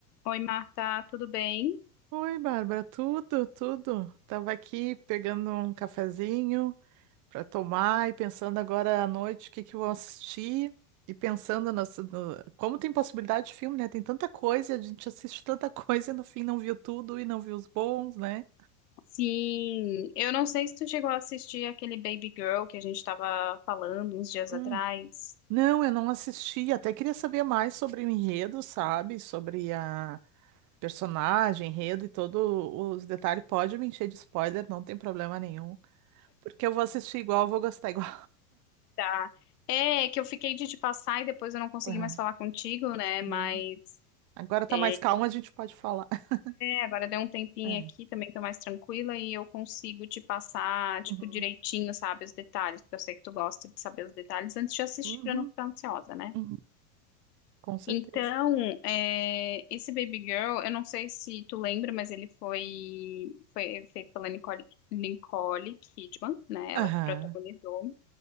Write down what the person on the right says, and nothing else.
Oi, Bárbara, tudo, tudo. Tava aqui pegando um cafezinho para tomar e pensando agora à noite o que que eu vou assistir e pensando nas- no- como tem possibilidade de filme, né? Tem tanta coisa, a gente assiste tanta <laughs> coisa e no fim não viu tudo e não viu os bons, né?
Hum.
Não, eu não assisti, até queria saber mais sobre o enredo, sabe? Sobre a personagem, enredo e todos os detalhes. Pode me encher de spoiler, não tem problema nenhum, porque eu vou assistir igual, eu vou gostar igual.
<laughs>
Não.
Agora tá
mais calmo, a gente pode falar. <laughs>
É.
Uhum.
Uhum.
Uhum. Com certeza.
Aham.